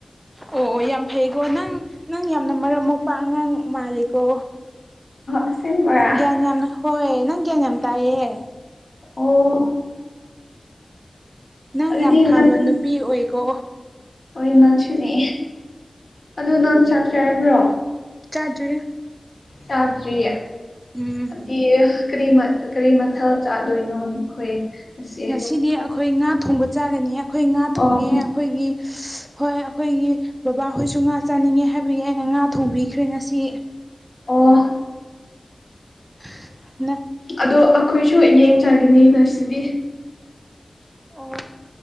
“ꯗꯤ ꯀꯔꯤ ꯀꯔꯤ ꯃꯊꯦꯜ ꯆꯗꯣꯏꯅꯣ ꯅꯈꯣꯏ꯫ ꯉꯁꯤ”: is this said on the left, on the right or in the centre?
Left